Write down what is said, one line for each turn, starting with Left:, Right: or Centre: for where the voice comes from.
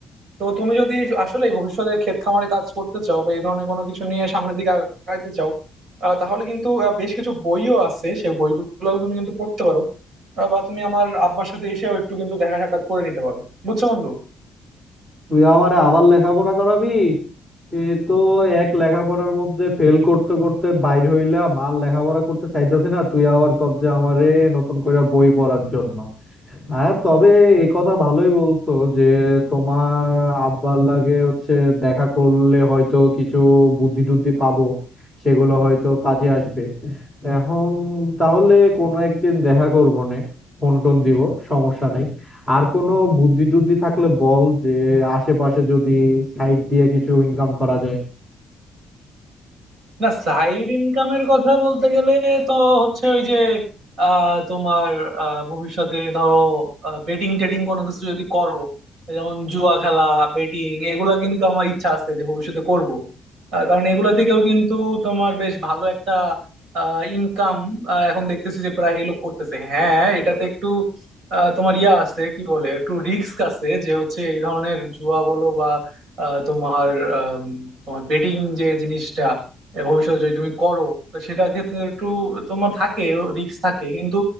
Right: তো তুমি যদি আসলে ভবিষ্যতে ক্ষেত খামারে কাজ করতে চাও বা এই ধরনের কোনো কিছু নিয়ে সামনের দিকে আগাইতে চাও আহ, তাহলে কিন্তু আহ, বেশ কিছু বইও আছে সেই বইগুলো তুমি কিন্তু পড়তে পারো আহ, বা তুমি আমার আব্বার সাথে এসেও একটু কিন্তু দেখা সাক্ষাৎ করে নিতে পারো বুঝছো বন্ধু
Centre: তুই আমারে আবার লেখাপড়া করাবি এ তো এক লেখাপড়ার মধ্যে ফেল করতে করতে বাইর হইলাম আর লেখাপড়া করতে চাইতেছি না তুই আবার কব যে আমারে নতুন করে বই পড়ার জন্য হ্যাঁ তবে এ কথা ভালোই বলছো যে তোমার আব্বার লাগে হচ্ছে দেখা করলে হয়তো কিছু বুদ্ধি টুদ্ধি পাবো সেগুলো হয়তো কাজে আসবে এখন তাহলে কোনো একদিন দেখা করবো নে ফোন টোন দিব সমস্যা নাই আর কোনো বুদ্ধি টুদ্ধি থাকলে বল যে আশেপাশে যদি সাইড দিয়ে কিছু ইনকাম করা যায়
Right: না সাইড ইনকামের কথা বলতে গেলে তো হচ্ছে ওই যে আহ, তোমার আহ, ভবিষ্যতে ধরো বেটিং টেটিং কোনো কিছু যদি করো যেমন জুয়া খেলা বেটিং এগুলা কিন্তু আমার ইচ্ছা আছে যে ভবিষ্যতে করব আহ, কারণ এগুলা থেকেও কিন্তু তোমার বেশ ভালো একটা ইনকাম এখন দেখতেছি যে প্রায় লোক করতেছে হ্যাঁ এটাতে একটু আহ, তোমার ইয়া আছে কি বলে একটু রিস্ক আছে যে হচ্ছে এই ধরনের জুয়া বলো বা আহ, তোমার আম, তোমার বেটিং যে জিনিসটা এ ভবিষ্যতে যদি তুমি করো তো সেটা ক্ষেত্রে একটু তোমার থাকে রিস্ক থাকে কিন্তু